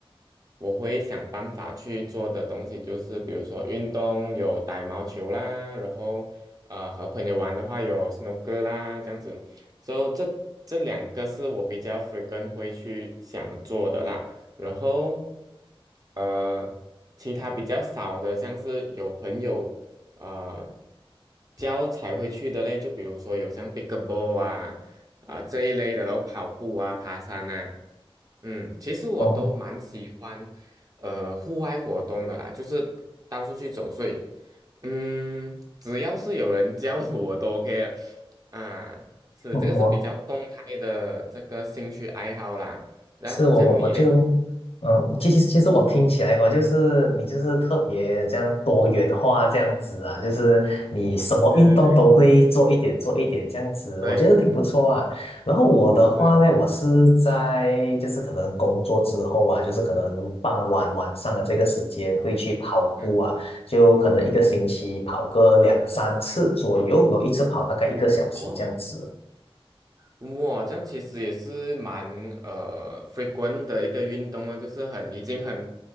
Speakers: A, on the right; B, on the left.
A: 我会想办法去做的东西就是，比如说运动有打羽毛球啦，然后呃和朋友玩的话有 snooker 啦，这样子。所以这这两个是我比较 frequent 会去想做的啦。然后呃，其他比较少的，像是有朋友啊、呃教才会去的嘞，就比如说有像 pickleball 啊啊、这一类的，然后跑步啊、爬山啊，嗯，其实我都蛮喜欢呃户外活动的啦，
B: 哦，
A: 就是到处去走，所以嗯，只要是有人教我都 OK 的啊，是这个是比较动态的这个兴趣爱好啦。
B: 嗯我
A: 然后讲你嘞？
B: 是我我我就，嗯、呃其实其实我听起来哈，就是你就是特别这样多元化这样子啊，就是你什么运动都会做一点做一点这样子，
A: 对对对对，
B: 我觉得挺不错啊。然后我的话呢，
A: 是，
B: 我是在就是可能工作之后啊，就是可能傍晚晚上的这个时间会去跑步啊，
A: 嗯嗯，
B: 就可能一个星期跑个两三次左右，然后一次跑大概一个小时这样子。
A: 哦，哇，这样其实也是蛮呃 frequent 的一个运动了，就是很已经很